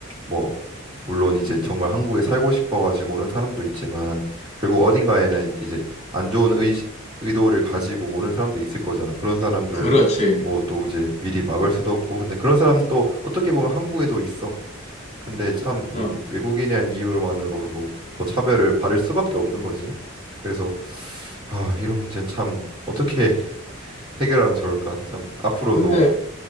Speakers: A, on the right (about 20°); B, on the left (about 30°).
A: 뭐 물론 이제 정말 한국에 살고 싶어 가지고 오는 사람도 있지만 결국 어딘가에는 이제 안 좋은 의 의도를 가지고 오는 사람도 있을 거잖아. 그런 사람들을
B: 그렇지.
A: 뭐 또 이제 미리 막을 수도 없고 근데 그런 사람도 어떻게 보면 한국에도 있어. 근데 참
B: 그럼.
A: 이 외국인이라는 이유만으로도 더 차별을 받을 수밖에 없는 거지. 그래서 아, 이런 문제는 참 어떻게 <laughs> 해결하면 좋을까? 참 앞으로도
B: 근데